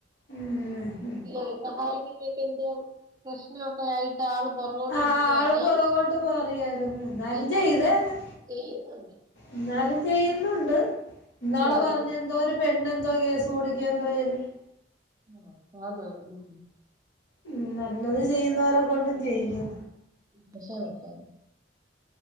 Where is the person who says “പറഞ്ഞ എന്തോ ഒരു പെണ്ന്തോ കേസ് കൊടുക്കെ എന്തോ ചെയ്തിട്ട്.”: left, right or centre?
Left